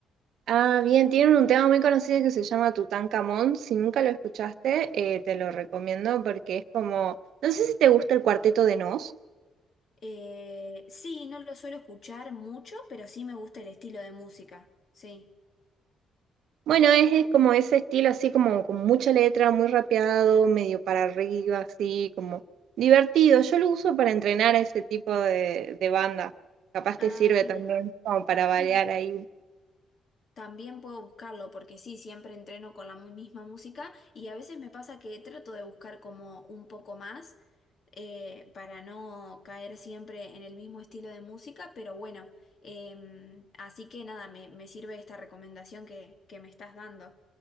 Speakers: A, on the right; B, on the left.
A: Ah, bien, tienen un tema muy conocido que se llama Tutankamón. Si nunca lo escuchaste, eh, te lo recomiendo porque es como, no sé si te gusta el cuarteto de Nos.
B: Eh, sí, no lo suelo escuchar mucho, pero sí me gusta el estilo de música. Sí.
A: Bueno, es, es como ese estilo así como con mucha letra, muy rapeado, medio para arriba, así como divertido. Yo lo uso para entrenar a ese tipo de, de banda. Capaz
B: Ah,
A: te sirve
B: bien.
A: también como para variar
B: Sí.
A: ahí.
B: También puedo buscarlo porque sí, siempre entreno con la mu- misma música y a veces me pasa que trato de buscar como un poco más eh, para no caer siempre en el mismo estilo de música, pero bueno, em, así que nada, me, me sirve esta recomendación que, que me estás dando